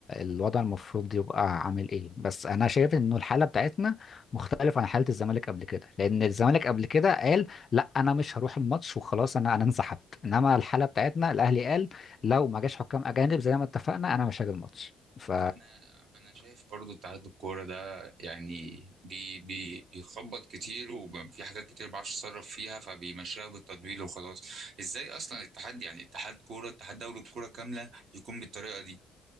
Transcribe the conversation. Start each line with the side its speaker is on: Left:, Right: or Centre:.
Left: الوضع المفروض يبقى عامل إيه بس أنا شايف إنه الحالة بتاعتنا مختلفة عن حالة الزمالك قبل كده لأن الزمالك قبل كده قال لا أنا مش هروح الماتش وخلاص أنا أنا انسحبت إنما الحالة بتاعتنا الأهلي قال لو ما جاش حكام أجانب زي ما اتفقنا أنا مش هاجي الماتش ف
Right: انا انا شايف برضو اتحاد الكوره ده يعني بي بي بيخبط كتير وفي حاجات كتير ما بعرفش اتصرف فيها فبيمشيها بالتدوير وخلاص ازاي اصلا الاتحاد يعني اتحاد كوره اتحاد دوري الكوره كامله يكون بالطريقه دي